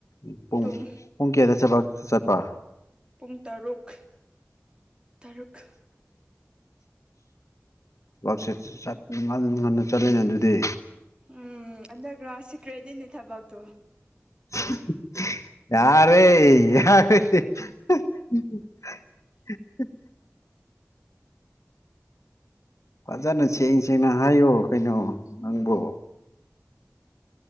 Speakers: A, on the left; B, on the right.
A: ꯎ ꯄꯨꯡ
B: ꯇꯨꯝ
A: ꯄꯨꯡ ꯀꯌꯥꯗ ꯆꯠꯄ ꯆꯠꯄ
B: ꯄꯨꯡ ꯇꯔꯨꯛ ꯇꯔꯨꯛ
A: ꯑ ꯋꯥꯛꯁ ꯉ ꯉꯟꯅ ꯆꯠꯂꯅꯦ ꯑꯗꯨꯗꯤ
B: ꯎꯝ ꯑꯗꯔꯒ꯭ꯔꯥꯎ ꯁꯤꯀ꯭ꯔꯦꯠꯗꯤꯤꯟ ꯏ ꯊꯕꯥꯛꯇꯨ
A: <unintelligible> <inaudible> ꯌꯥꯔꯦ ꯌꯥꯔꯦ <unintelligible> <inaudible> ꯐꯖꯅ ꯁꯦꯡ ꯁꯦꯡꯅ ꯍꯥꯏꯌꯣ ꯀꯩꯅꯣ ꯅꯪꯕꯨ